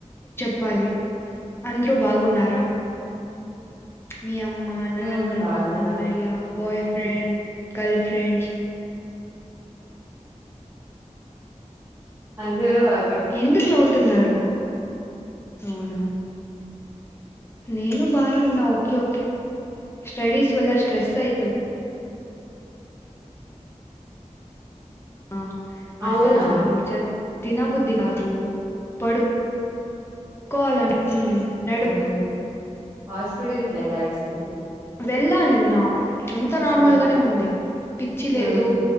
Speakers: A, on the left (about 20°); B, on the right (about 20°).
A: ప్పాలి అంద్రూ బాగున్నారా మీ అమ్మ నాన్న
B: హ్మ్ బాగున్నాం
A: అన్నయ్య బాయ్ ఫ్రెండ్ గర్ల్ ఫ్రెండ్స్
B: అందరూ వా
A: ఎందుకు నవ్వుతున్నారు అవునా నేను బానే ఉన్నా ఓకే ఓకే స్టడీస్ వల్ల స్ట్రెస్ అయితున్ ఆ అసలు
B: అవునా
A: చదు చ తినబుద్ధి కాదు పొడు కోవాలన్ ఉమ్ నడవదు
B: హాస్పిటల్ కి ఎల్లాల్సింది
A: వెళ్ళా నిన్న అంతా నార్మల్
B: హ్మ్
A: గానే ఉంది పిచ్చి
B: హ్మ్
A: లేదు